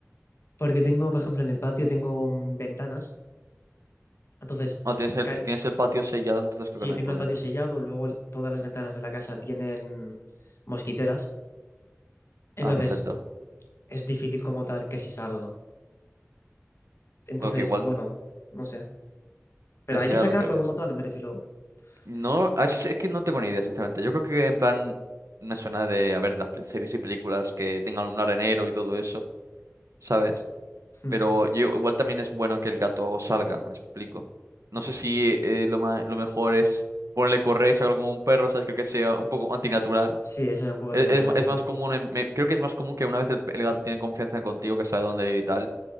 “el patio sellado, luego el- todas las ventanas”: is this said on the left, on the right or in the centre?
Left